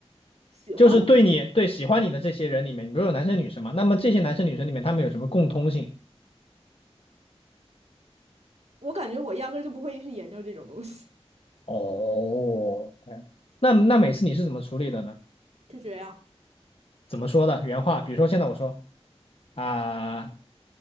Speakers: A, on the right; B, on the left.
A: 喜欢我？
B: 就是对你对喜欢你的这些人里面，你不是有男生女生吗？那么这些男生女生里面他们有什么共通性？
A: 我感觉我压根儿就不会去研究这种东西，
B: 哦，OK，那那每次你是怎么处理的呢？
A: 就这样。
B: 怎么说的？原话，比如说现在我说。啊、